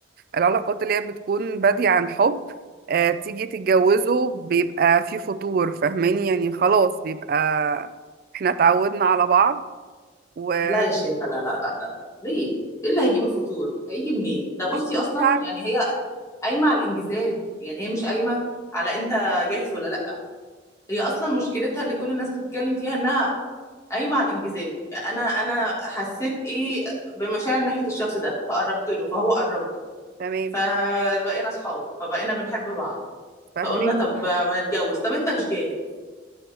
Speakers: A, on the right; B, on the left.
A: العلاقات اللي هي بتكون بادية عن حب آه تيجي تتجوزوا بيبقى في فتور فاهماني يعني خلاص بيبقى احنا اتعودنا على بعض و آه،
B: لا يا شيخة لا لا لا لا ليه؟ إيه اللي هيجيب الفطور؟ هيجي منين؟ ده بصي
A: مش
B: أصلا
A: عارفة
B: يعني هي قايمة على الانجذاب يعني هي مش قايمة على أنت جاهز ولا لأ هي أصلا مشكلتها اللي كل الناس بتتكلم فيها إنها قايمه على الانجذاب انا انا حسيت ايه بمشاعر ناحيه الشخص ده فقربت له فهو قرب لي
A: تمام
B: فبقينا اصحاب فبقينا بنحب بعض
A: فاهمين
B: فقلنا طب ما نتجوز طب انت مش جاهز